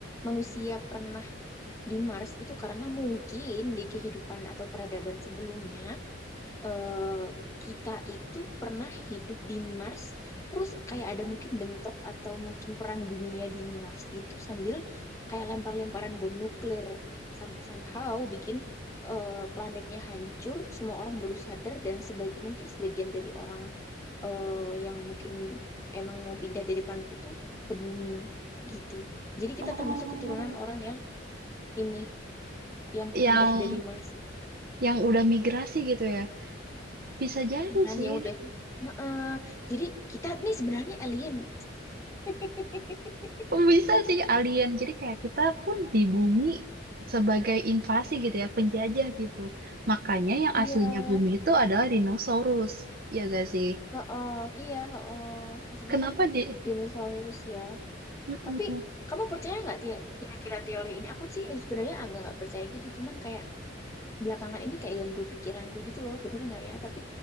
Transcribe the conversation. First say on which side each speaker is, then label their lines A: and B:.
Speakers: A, on the left; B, on the right.
A: manusia pernah di Mars itu karena mungkin di kehidupan atau peradaban sebelumnya eh, kita itu pernah hidup di Mars, terus kayak ada mungkin bentrok atau mungkin perang dunia di Mars gitu sambil kayak lempar-lemparan bom nuklir sampai somehow bikin eh, planetnya hancur, semua orang baru sadar dan sebaik mungkin sebagian dari orang eh, yang mungkin emang mau pindah dari planet itu ke bumi gitu. Jadi
B: Oh,
A: kita termasuk keturunan orang yang ini yang
B: yang
A: pindah dari Mars.
B: yang udah migrasi gitu ya. Bisa jadi
A: ya kan
B: sih.
A: ya udah Heeh. jadi kita nih sebenarnya alien <laughs>
B: Bisa sih alien. Jadi kayak kita pun di bumi sebagai invasi gitu ya, penjajah gitu. Makanya yang
A: iya
B: aslinya bumi itu adalah dinosaurus, ya gak sih?
A: heeh iya heeh maksudnya
B: Kenapa
A: kan
B: di...
A: dinosaurus ya
B: Mm-mm.
A: tapi kamu percaya nggak Tia- kira-kira teori ini aku sih sebenarnya agak nggak percaya gitu cuman kayak belakangan ini kayak ganggu pikiranku gitu loh bener nggak ya tapi